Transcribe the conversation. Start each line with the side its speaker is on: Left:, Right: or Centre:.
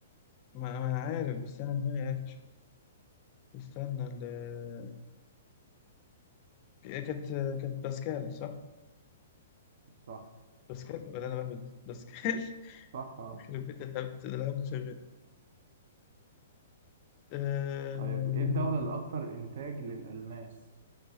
Left: ما ما انا عارف بس انا دماغي قافش استنى ال آه، كانت آه، كانت باسكال صح؟
Right: صح
Left: باسكال ولا انا بهبد؟ باسكال <laughs>
Right: صح اه
Left: يخرب بيت الهبد ده الهبد شغال آه،
Right: طيب ايه الدولة الأكثر إنتاج للألماس